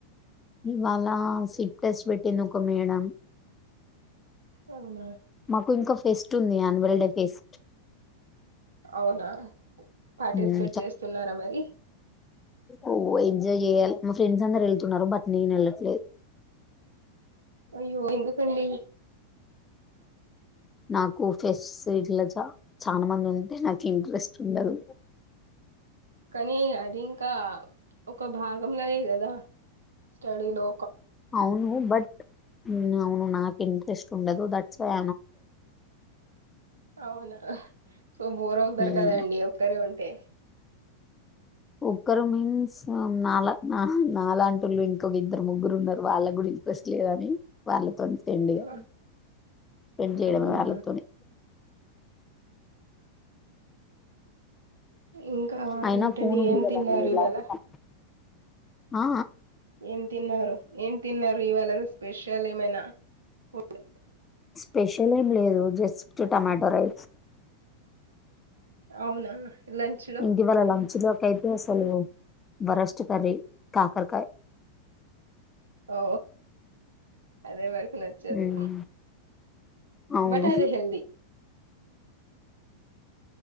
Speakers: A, on the left (about 20°); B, on the right (about 70°).
A: ఇవాళ సిప్ టెస్ట్ పెట్టింది మేడం
B: అవునా
A: మాకు ఇంకా ఫెస్ట్ ఉంది యాన్యువల్ డే ఫెస్ట్
B: అవునా పార్టిసిపేట్
A: హ్మ్
B: చేస్తున్నారా మరి
A: ఓ ఎంజా్ చేయాలి ఫ్రెండ్స్ అందరు వెళ్తున్నారు బట్ నేను వెళ్ళట్లేదు
B: అయ్యో ఎందుకడి
A: నాకు ఫెష్ ఇట్లా చ చాలా మంది ఉంటే నాకు ఇంట్రెస్ట్ ఉండదు
B: కానీ అది ఇంకా ఒక భాగంలాయి కదా స్టడీ లో
A: అవును బట్ అవును నాకు ఇంట్రెస్ట్ ఉండదు దట్స్ ఐ
B: అవునా సో బోర్ అవుతారు
A: హ్మ్
B: కదాండి ఒక్కరే ఉంటే
A: ఒక్కరు మీన్స్ నాలా నాలాంటుళ్ళు ఇంకొక ఇద్దరు ముగ్గురు ఉన్నారు వాళ్ళ గుడి ఇంట్రెస్ట్ లేదని వాళ్ళతోని పెండ్గా
B: ఆ,
A: పెండ్ లేయడమే
B: అవునా
A: వాళ్ళతోని
B: ఇంకా
A: అయినా
B: ఏంటండి
A: ఫోన్ ఉంది
B: ఏం
A: కదండి
B: తిన్నారు ఇవాళ
A: ల్యాప్టాప్ ఆ
B: ఏం తిన్నారు ఏం తిన్నారు ఇవాళ స్పెషల్ ఏమైనా ఫుడ్
A: స్పెషల్ ఏం లేదు జస్ట్ టమాటో రైస్
B: అవునా లంచ్ లో
A: ఇంటి వాాల లంచ లోకా సలు బరస్టు కర్రీ కాకరకాయ
B: ఓ అదే మరకు నచ్చదు
A: హ్మ్ అవును
B: బట్ అది హల్ది